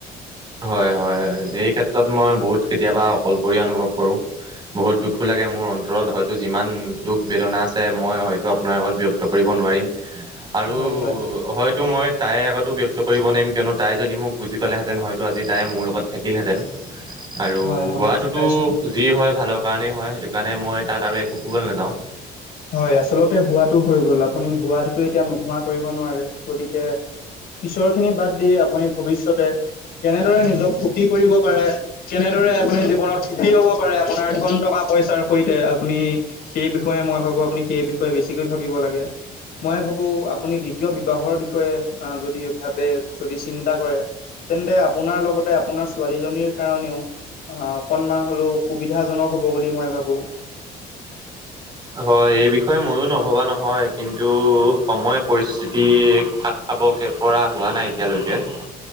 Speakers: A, on the right (about 25°); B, on the left (about 65°).
A: হয় হয় এই ক্ষেত্ৰত মই বহুত কেতিয়াবা অকলশৰীয়া অনুভৱ কৰো বহুত দুখোলাগে। মোৰ অন্তৰত হয়তো যিমান দুখ বেদনা আছে মই হয়তো আপোনাৰ আগত ব্যক্ত কৰিব নোৱাৰিম। আৰু
B: হয় হয়
A: হয়তো মই তাইৰ আগতো ব্যক্ত কৰিব নোৱাৰিম কিয়নো তাই যদি মোক বুজি পালেহেঁতেন হয়। তো আজি তাই মোৰ লগত থাকিলহেঁতেন আৰু
B: হয় মই
A: হোৱাটোতো
B: বুজি পাইছো
A: যি হয় ভালৰ। কাৰণেই হয় সেইটো কাৰণে মই তাত আৰু একো কবলৈ নাযাওঁ।
B: হয় আচলতে হোৱাটো হৈ গ'ল আপুনি হোৱাটোতো এতিয়া নোহোৱা কৰিব নোৱাৰে গতিকে। পিছৰ খিনি বাদ দি আপুনি ভৱিষ্যতে। কেনেদৰে নিজক সুকী কৰিব পাৰে কেনেদৰে আপুনি। সুখি হব পাৰে আপোনাৰ ধন টকা পইচাৰ সৈতে আপুনি সেই বিষয়ে মই ভ। আপুনি হেই বিষয়ে বেছিকৈ ভাবিব লাগে মই ভাবো আপুনি দ্বিতীয় বিবাহৰ বিষয়ে। যদি ভাবে যদি চিন্তা কৰে। তেন্তে আপোনাৰ লগতে আপোনাৰ ছোৱালীজনীৰ কাৰণেও। আহ অকনমান হলেও সুবিধাজনক হ'ব বুলি মই ভাবো
A: হয় এই বিষয়ে ময়ো নভবা নহয় কিন্তু সময় পৰিস্থিতি- খাব কে পৰা হোৱা নাই এতিয়ালৈকে-